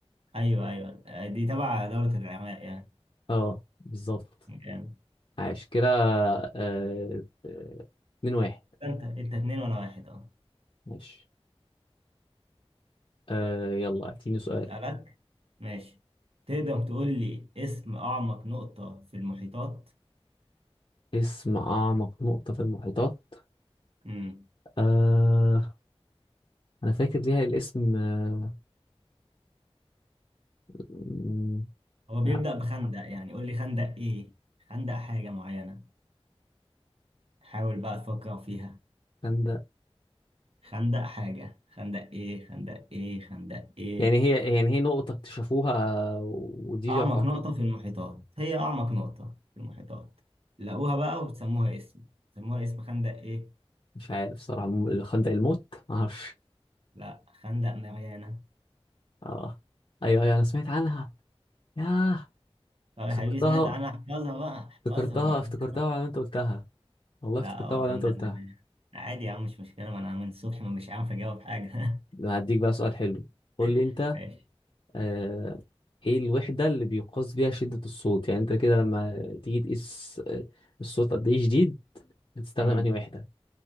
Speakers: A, on the right (about 65°); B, on the left (about 50°).
A: أيوه أيوه دي تبع دولة العراق يعني
B: اه بالظبط
A: جامد
B: عاش كده آه، آه، اتنين واحد
A: انت انت اتنين وانا واحد اه
B: ماشي آه، يلا اعطيني سؤال
A: سألك ماشي تقدر تقول لي اسم أعمق نقطة في المحيطات؟
B: اسم اعمق نقطة في المحيطات
A: امم
B: آه انا فاكر ليها الاسم آه، م-
A: هو بيبدأ
B: آه،
A: بخندق يعني قول لي خندق ايه؟ خندق حاجة معينة حاول بقى تفكر فيها
B: كان ده
A: خندق حاجة خندق ايه؟ خندق ايه؟ خندق ايه؟
B: يعني هي يعني هي نقطة اكتشفوها آه، ودي
A: أعمق
B: جعفر
A: نقطة في المحيطات هي أعمق نقطة في المحيطات لقوها بقى وبتسموها اسم سموها اسم خندق ايه؟
B: مش عارف صراحة م- خندق الموت معرفش
A: لا خندق ماريانا
B: اه ايوه ايوه انا سمعت عنها ياه
A: طب يا
B: افتكرتها
A: حبيبي سمعت عنها احفظها بقى احفظها
B: افتكرتها
A: معلومات
B: افتكرتها وعلى ما انت قلتها والله
A: لا
B: افتكرتها
A: هو
B: وعلى
A: هندق
B: ما انت قلتها
A: ده عادي يا عم مش مشكلة ما أنا من الصبح ما مش عارف أجاوب حاجة
B: أنا هديك بقى سؤال حلو قول لي
A: <laughs>
B: انت
A: ماشي
B: آه ايه الوحدة اللي بيقاس بيها شدة الصوت يعني انت كده لما تيجي تقيس آه، الصوت قد ايه شديد بتستخدم
A: امم
B: انهي وحدة